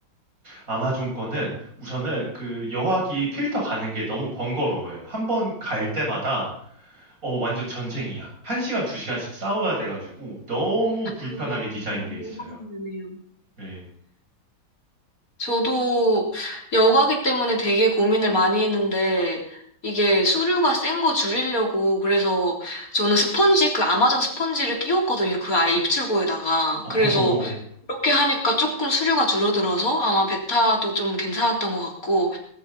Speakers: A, on the right; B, on the left.
A: 아마존 거는 우선은 그 여과기 필터 가는 게 너무 번거로워요. 한 번 갈 때마다 어, 완전 전쟁이야. 1시간, 2시간씩 싸워야 돼가지고 너무 불편하게
B: 어,
A: 디자인돼
B: 너무
A: 있어요.
B: 힘드네요.
A: 네.
B: 저도 여과기 때문에 되게 고민을 많이 했는데 이게 수류가 센 거 줄이려고 그래서 저는 스펀지 그 아마존 스펀지를 끼웠거든요. 그 아이 입출구에다가.
A: 어,
B: 그래서 이렇게 하니까 조금 수류가 줄어들어서 아마 베타도 좀 괜찮았던 것 같고